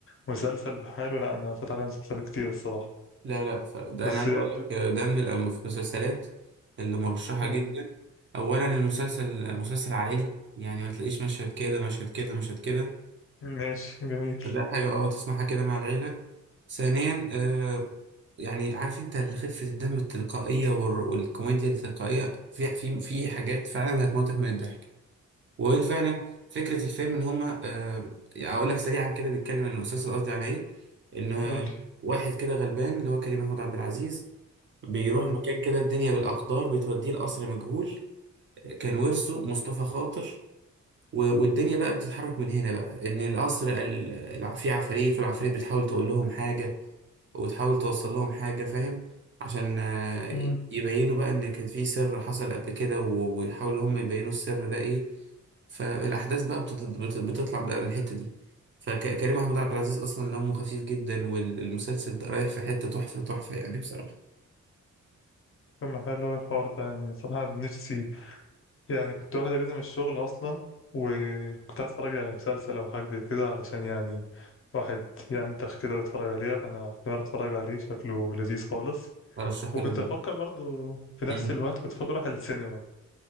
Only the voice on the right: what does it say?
لا لا ف- ده
انا عايز
اقول لك آه، ده من الأم- في المسلسلات اللي مرشحه
جدا اولا المسلسل مسلسل عائلي يعني ما تلاقيش مشهد كده مشهد كده مشهد كده
ده حاجه اه تسمعها كده مع العيله ثانيا آه يعني عارف انت اللي خفه الدم التلقائيه والر- والكوميديا التلقائيه في في في حاجات فعلا هتموتك من الضحك وفعلا فكره الفيلم ان هما آه اقول لك سريعا كده بيتكلم عن المسلسل قصدي عن ايه ان آه،
واحد كده غلبان اللي هو كريم محمود عبد العزيز بيروح
مكان كده الدنيا بالأقدار بتوديه لقصر مجهول كان ورثه مصطفى خاطر و- والدنيا بقى بتتحرك من هنا بقى إن القصر ال- الع- في عفاريت والعفاريت بتحاول تقول لهم حاجة وتحاول توصل لهم حاجة فاهم عشان آه،
يبينوا بقى إن كان في سر حصل قبل كده و- ويحاولوا هم يبينوا السر ده إيه فالأحداث بقى بتت- بت- بتطلع بقى من الحتة دي فكريم محمود عبد العزيز أصلا دمه خفيف جدا والمسلسل ده رايح في حتة تحفة تحفة يعني بصراحة
أرشحه
لك
بجد.